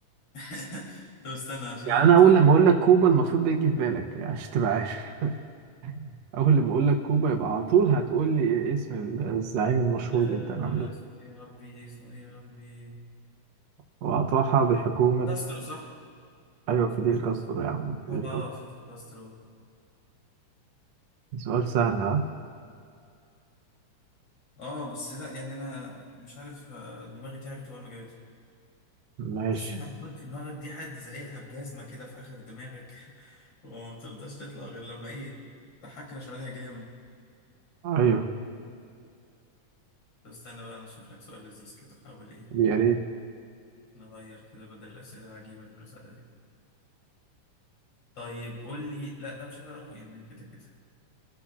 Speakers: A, on the left (about 45°); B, on the right (about 65°).
A: <laughs> طب استنى عشان
B: يعني
A: انا كنت
B: أنا أول
A: عارف
B: لما أقول لك كوبا المفروض ده يجي في بالك يعني عشان تبقى عارف <laughs> أول لما أقول لك كوبا يبقى على طول هتقول لي اسم الزعيم المشهور
A: آه،
B: جدا عندهم
A: اسمه ايه يا ربي اسمه ايه يا ربي
B: وأطاحها بحكومة
A: كاسترو صح؟
B: أيوة فيديل
A: حاجة-
B: كاسترو يا عم فيديل
A: اه
B: كاسترو
A: فيدل كاسترو
B: سؤال سهل ها
A: اه بس لا يعني انا مش عارف آه، دماغي تعبت اول ما جابته
B: ماشي
A: تحس ان المعلومات في دماغك دي حد زايقها بجزمه كده في اخر دماغك <laughs> وما بترضاش تطلع غير لما ايه تحكرش عليها جامد
B: أيوه
A: طب استنى بقى انا اشوف لك سؤال لذيذ كده حاول ايه
B: يا ريت
A: نغير كده بدل الاسئله العجيبه اللي احنا بنسألها دي طيب قول لي لا ده مش هتعرفه يعني كده كده